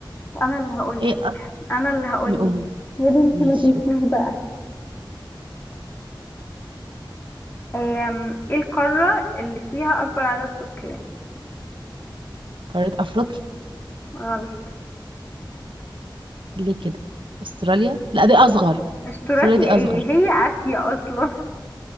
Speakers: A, on the left (about 25°); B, on the right (about 75°).
A: انا اللي هقولك
B: ايه أط-
A: انا اللي هقولك
B: قولي
A: يا بنتي
B: ماشي
A: ما تنسيش
B: قولي.
A: بقى أم، ايه القارة اللي فيها اكبر عدد سكان
B: قارة افريقيا
A: غلط
B: ليه كده استراليا لا دي اصغر
A: استراليا
B: استراليا دي اصغر
A: ايه هي اسيا اصلا